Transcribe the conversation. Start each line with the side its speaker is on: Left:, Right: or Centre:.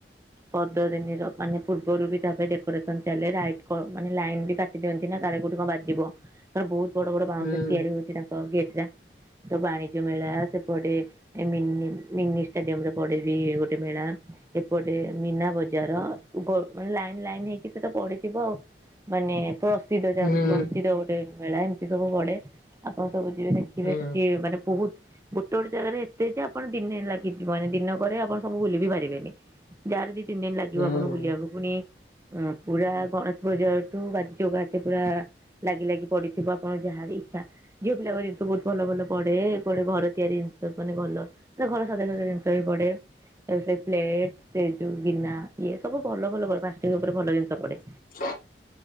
Right: ପନ୍ଦର ଦିନ ର ମାନେ ପୂର୍ବରୁ ବି ତାପରେ ଡେକୋରେସନ୍ ଚାଲେ ରାଇଟ୍ ପ ମାନେ ଲାଇନ୍ ବି କାଟି ଦିଅନ୍ତି ନା କାଳେ କୋଉଠି କଣ ବାଜିବ। କାରଣ ବହୁତ ବଡ ବଡ ବାଉଁଶରେ
Left: ହୁଁ
Right: ତିଆରି ହଉଛି ତାଙ୍କ ଗେଟ୍ ଟା। ତ ବାଣିଜ୍ୟ ମେଳା, ସେପଟେ ମିନି ମିନି ଷ୍ଟାଡିୟମ ରେ ପଡେବି ଗୋଟେ ମେଳା। ଏପଟେ ମୀନା ବଜାର। <unintelligible> ମାନେ ଲାଇନ୍ ଲାଇନ୍ ହେଇକି ସିଏ ତ ପଡିଥିବ ଆଉ। ମାନେ ପ୍ରସିଦ୍ଧ ଯା
Left: ହୁଁ
Right: ପ୍ରସିଦ୍ଧ। ମେଳା ଏମିତି ସବୁ ପଡେ। ଆପଣ ସବୁ ଯିବେ ଦେଖିବେ
Left: ହୁଁ
Right: ସେଠି ମାନେ ବହୁତ ଗୋଟେ ଗୋଟେ ଜାଗାରେ ଏତେ ଯେ ଆପଣ ଦିନେ ଲାଗିଯିବ। ମାନେ ଦିନକରେ ଆପଣ ସବୁ ବୁଲି ବି ପାରିବେନି। ଯାହା ହେଲେ ଦି, ତିିନି ଦିନ ଲାଗିବ।
Left: ହୁଁ।
Right: <unintelligible> ପୁରା ଗଣେଶ ପୂଜାଠୁ <unintelligible> ବାଜି ଚକାେ ପୁରା ଲାଗି ଲାଗି ପଡିଥିବ ଆପଣଙ୍କ ଯାହାର ଇଚ୍ଛା। ଝିଅ ପିଲାଙ୍କ ଜିନିଷ ବହୁତ ଭଲ ଭଲ ପଡେ, ପୁଣି ଘର ତିଆରି ଜିନିଷ ମାନେ ଭଲ ଘର ସାଧାରଣ ଜିନିଷ ବି ପଡେ, ସେ ପ୍ଲେଟ, ସେ ଯୋଉ ଗିନା। ଇଏ ସବୁ ଭଲ ଭଲ ହୁଏ। ପ୍ଲାଷ୍ଟିକ୍ ଉପରେ ଭଲ ଜିନିଷ ପଡେ।
Left: <unintelligible>